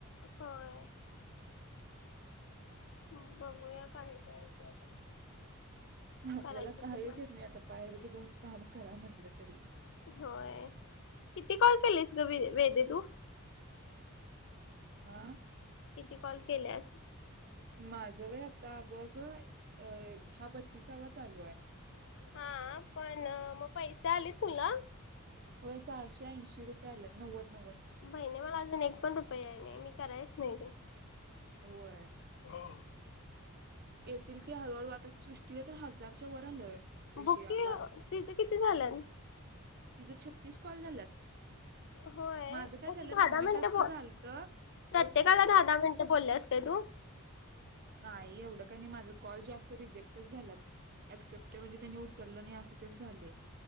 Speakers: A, on the left; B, on the right.
A: होय हो बघूया काही कावरती आता
B: आपल्याला
A: करायचं
B: काहीच
A: तर
B: येत नाही, आता बाहेर जाऊन काम करा म्हटलं तरी
A: होय, किती कॉल केलीस ग व वेद तू
B: हा
A: किती कॉल केल्यास
B: माझं वय आता बघ अ हा बत्तीसावा चालू आहे
A: हा पण मग पैसे आलेत तुला
B: हो, सहाशे ऐंशी रुपये आल्यात नव्वद नव्वद
A: बही नाही मला अजून एक पण रुपये आहे नाही मी करायच नाही ते
B: होय
A: हो
B: येतील की हळूहळू आता सृष्टीला तर हजारच्या वर आलंय पैसे
A: बघ
B: या
A: की,
B: काल
A: तिचं किती झालं
B: तिझं छत्तीस कॉल झालात,
A: होय
B: माझं काय झालं
A: असं दहा
B: निम्म
A: दहा मिनिटं
B: टास्क
A: बोल
B: झालत
A: प्रत्येकाला दहा दहा मिनिटं बोललेस काय तू
B: नाही एवढं का नाही, माझ कॉल जास्त रिजेक्टच झाला अक्सेप्ट म्हणजेनी त्यांनी चाललं नाही असं ते झालय